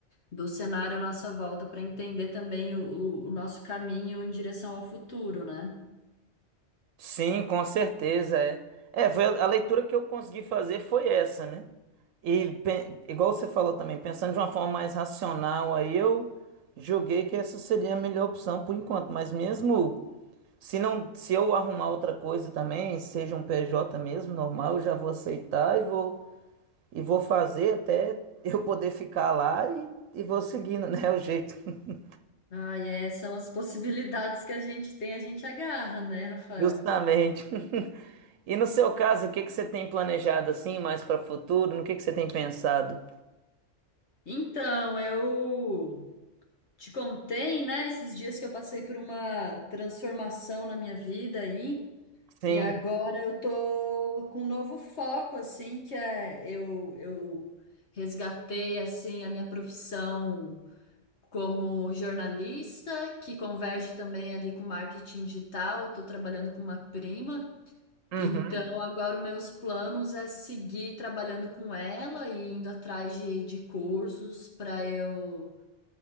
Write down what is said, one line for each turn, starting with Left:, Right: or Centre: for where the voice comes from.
Left: do cenário à nossa volta para entender também o, o- o nosso caminho em direção ao futuro, né?
Right: Sim, com certeza é. É, foi a, a leitura que eu consegui fazer foi essa, né? E pe- igual você falou também, pensando de uma forma mais racional, aí eu julguei que essa seria a melhor opção por enquanto, mas mesmo se não, se eu arrumar outra coisa também, seja um PJ mesmo, normal, eu já vou aceitar e vou e vou fazer até <laughs> eu poder ficar lá e, e vou seguindo, né, o jeito. <laughs>
Left: Ah, e é, são as <laughs> possibilidades que a gente tem, a gente agarra, né, Rafael?
Right: Justamente. E no seu caso, o que que você tem planejado assim, mais para o futuro? No que que você tem pensado?
Left: Então, eu Te contei, né, esses dias que eu passei por uma transformação na minha vida aí,
Right: Sim.
Left: e agora eu tô com um novo foco, assim, que é eu, eu resgatei, assim, a minha profissão como jornalista, que converge também ali com marketing digital, eu tô trabalhando com uma prima,
Right: Uhum.
Left: então agora os meus planos é seguir trabalhando com ela e indo atrás de, de cursos para eu